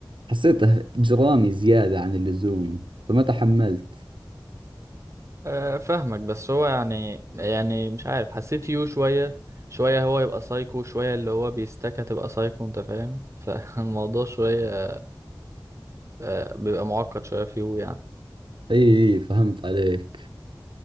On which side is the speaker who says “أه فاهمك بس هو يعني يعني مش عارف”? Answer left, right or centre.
Right